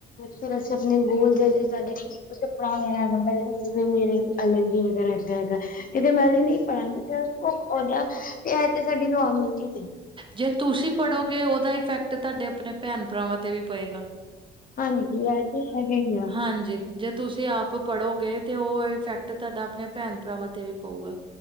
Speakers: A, on the left (about 45°); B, on the right (about 25°).
A: ਫਿਰ ਅਸੀਂ ਆਪਣੇ ਬੂਲ ਜ ਸਾਡੇ ਕੁਛ ਕਪੜਾ ਵਗੈਰਾ ਜਿਵੇ ਮੇਰੇ ਅਲਰ ਵੀ ਹੈਗ ਹੈਗਾ ਹੈਗਾ। ਕਿਤੇ ਮੈਂ ਨਹੀਂ ਪੜਾਂਗੀ ਤੇ ਭੁ ਓਦਾ ਤੇ ਇਹ ਤੇ ਸਾਡੀ ਨੋਰਮਲ ਚੀ
B: ਜੇ ਤੁਸੀਂ ਪੜ੍ਹੋਗੇ ਉਹਦਾ ਇਫੈਕਟ ਤੁਹਾਡੇ ਆਪਣੇ ਭੈਣ ਭਰਾਵਾਂ ਤੇ ਵੀ ਪਏਗਾ।
A: ਹਾਂਜੀਜੀੀ ਅਜ ਹੈਗਾ ਹੀ ਆ।
B: ਹਾਂਜੀ, ਜੇ ਤੁਸੀਂ ਆਪ ਪੜ੍ਹੋਗੇ ਤੇ ਉਹ ਇਫੈਕਟ ਤੁਹਾਡਾ ਆਪਣੇ ਭੈਣ ਭਰਾਵਾਂ ਤੇ ਵੀ ਪਊਗਾ।